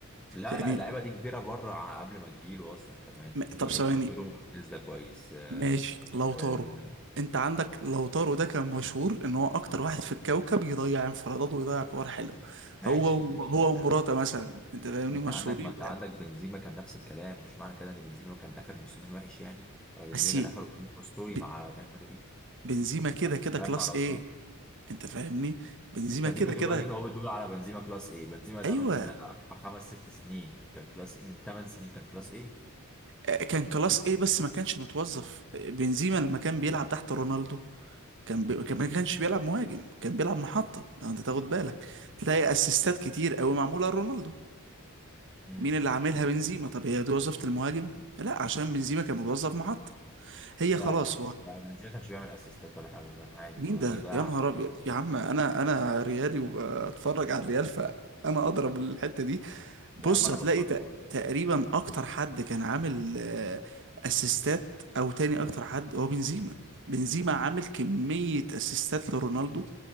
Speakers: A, in the centre; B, on the right (about 60°).
A: لا
B: يعني
A: لا اللعيبه دي كبيره بره ع- قبل ما تجيله اصلا كمان
B: م-
A: يعني
B: طب ثواني
A: لو تورو مارتينيز ده كويس آه،
B: ماشي لو طارو
A: آه،
B: انت عندك لو طارو ده كان مشهور ان هو اكتر واحد في الكوكب يضيع انفرادات ويضيع كور حلوه
A: ماشي
B: هو و-
A: ماشي
B: هو
A: ده
B: ومراته مثلا انت فاهمني
A: انت
B: مشهورين
A: عندك ما انت
B: بال-
A: عندك بنزيما كان نفس الكلام مش معنى كده ان بنزيما كان اخر موسمين وحش يعني ولا بنزيما
B: بس
A: كان اخر موسمين اسطوري
B: ب-
A: مع ريال مدريد
B: بنزيما كده كده
A: الكلام
B: كلاس
A: مع لو
B: ايه انت فاهمني بنزيما
A: اديك
B: كده
A: بتقول
B: كده
A: اديك اهو بتقول على بنزيما كلاس ايه بنزيما ده
B: ايوه
A: من اربع خمس ست سنين كان كلاس ايه من ثمان سنين كان كلاس ايه
B: آه، كان كلاس ايه بس ما كانش متوظف آه، بنزيما لما كان بيلعب تحت رونالدو كان بي... كان ما كانش بيلعب مهاجم كان بيلعب محطة لو انت تاخد بالك تلاقي اسيستات كتير قوي معمولة لرونالدو
A: امم
B: مين اللي عاملها بنزيما طب هي دي وظيفة المهاجم لا عشان بنزيما كان متوظف محطة هي
A: لا
B: خلاص
A: لا لا
B: هو
A: لا، بنزيما كانش بيعمل اسيستات ولا حاجه كان عادي
B: مين
A: ما
B: ده
A: بيضيع
B: يا نهار ابيض
A: فوق.
B: يا عم انا انا ريالي وبتفرج على الريال فانا اضرب الحتة دي
A: يا
B: بص
A: عم انا
B: هتلاقي
A: بتفرج
B: تق-
A: وبتاع.
B: تقريبا اكتر حد كان عامل آه، اسيستات او تاني اكتر حد هو بنزيما بنزيما عامل كمية اسيستات لرونالدو